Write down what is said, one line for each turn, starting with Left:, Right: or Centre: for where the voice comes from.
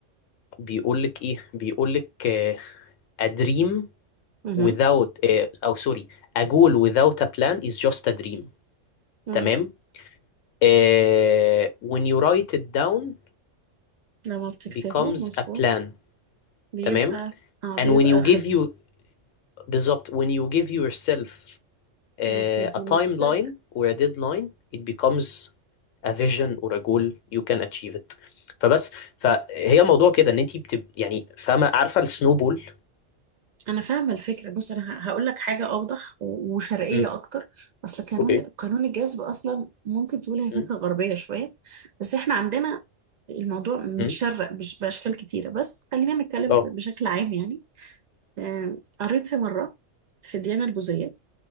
Left: بيقول لك ايه بيقول لك آه A dream
Right: امم
Left: without آه، أو سوري a goal without a plan is just a dream
Right: امم
Left: تمام آه، when you write it down
Right: لما بتكتبه
Left: becomes
Right: مظبوط
Left: a plan
Right: بيبقى
Left: تمام
Right: اه بيبقى
Left: and when you
Right: خط
Left: give you بالظبط when you give yourself آه،
Right: اه بتدي
Left: a timeline
Right: نفسك
Left: or a deadline it becomes a vision or a goal you can achieve it فبس فهي الموضوع كده ان انت بتب يعني فاهمه عارفه السنوبول
Right: انا فاهمه الفكره بص انا هقول لك حاجه اوضح و- وشرقيه
Left: امم
Right: اكتر اصل قانون
Left: اوكي
Right: قانون الجذب اصلا ممكن تقول هي فكره
Left: مم.
Right: غربيه شويه بس احنا عندنا الموضوع متشرق
Left: مم.
Right: بش- باشكال كتيره بس خلينا نتكلم
Left: اه
Right: بشكل عام يعني آم، قريت في مره في الديانه البوذيه